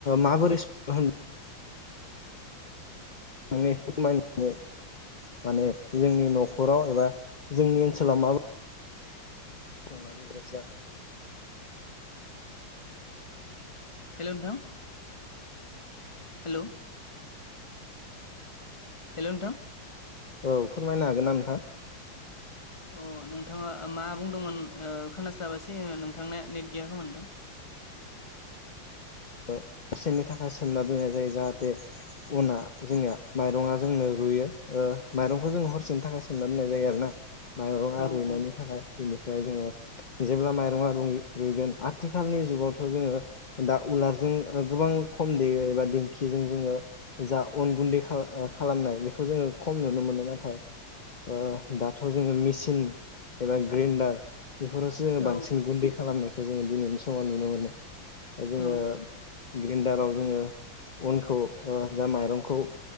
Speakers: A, on the left; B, on the left.
A: माबोरै <unintelligible> <unintelligible> माने जोंनि नखराव एबा जोंनि ओनसोलाव माबा <unintelligible>
B: हेलौ नोंथां हेलौ हेलौ नोंथां
A: औ फोरमायनो हागोन ना नोंथां?
B: अ नोंथाङा मा बुंदोंमोन ओ खोनास्लाबासै नोंथांनिया नेट गैया खोमा नोंथां। <inaudible>
A: ओ <unintelligible> थाखाय सोमना दोननाय जायो जाहाथे अना जोंनिया माइरङा जोंनो रुइयो ओ माइरंखौ जोङो हरसेनि थाखाय सोमना दोननाय जायो आरोना। माइरङा
B: औ
A: रुइनायनि
B: औ
A: थाखाय बिनिफ्राय जोङो जेब्ला माइरङा रुइ-रुइगोन आथिखालनि जुगावथ' जोङो दा उलारजों ओ गोबां खम देयो एबा दिंखिजों जोङो जा अन गुन्दै खा-खालामनाय बेखौ जोङो खम नुनो मोनो नाथाय ओ दाथ' जोङो मिचिन एबा ग्रेण्डार बेफोरावसो जोङो
B: औ
A: बांसिन गुन्दै खालामनायखौ जोङो दिनैनि समाव नुनो मोनो। जोङो
B: औ
A: ग्रेण्डाराव जोङो अनखौ ओ जा माइरंखौ